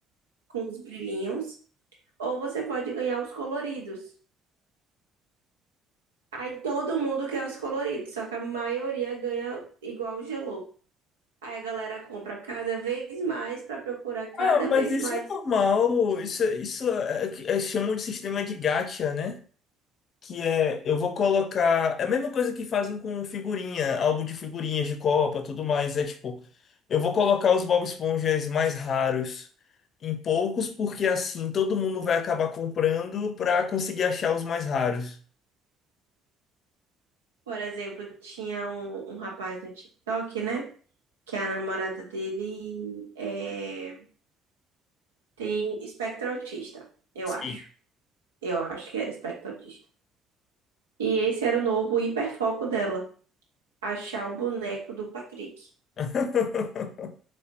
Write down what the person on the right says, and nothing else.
com os brilhinhos. Ou você pode ganhar os coloridos. Aí todo mundo quer os coloridos, só que a maioria ganha igual o geloco. Aí a galera compra cada vez mais para procurar cada
vez
mais.
Por exemplo, tinha um, um rapaz no TikTok, né? que a namorada dele é, tem espectro autista, eu
acho. Eu acho que era espectro autista. E esse era o novo hiperfoco dela, achar o boneco do Patrick.